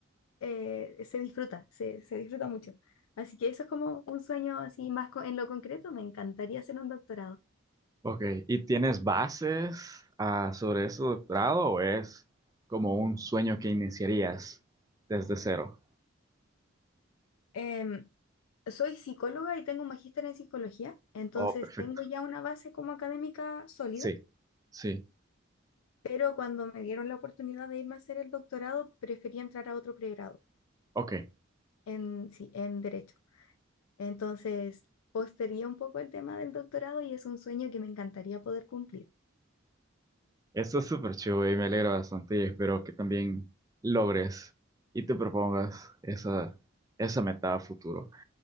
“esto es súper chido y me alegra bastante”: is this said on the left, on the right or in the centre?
Right